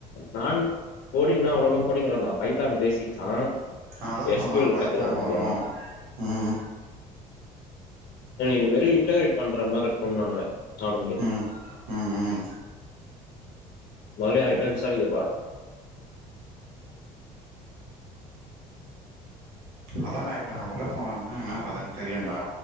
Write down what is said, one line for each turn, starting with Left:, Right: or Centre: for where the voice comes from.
Left: நான் கோடிங்னா அவ்ளோலா கோடிங் வராதா பைத்தான் பேசிக்ஸ்ஸா
Right: அதா
Left: எஸ்
Right: சொன்னா
Left: பி எல்
Right: பைத்தான்
Left: கத்துக்குற மாதியா
Right: வரு ம்
Left: மாரி வெறு இன்டகரேட் பண்ற மாரி இருக்குன்றானுங்க அவனுங்ளே
Right: ம் ம் ம்
Left: பழய ஆய்ட்டா விசாரிக்கப்போற
Right: அதான்டா இப்ப நா உள்ள போனனா என்ன கதனு தெரியுடா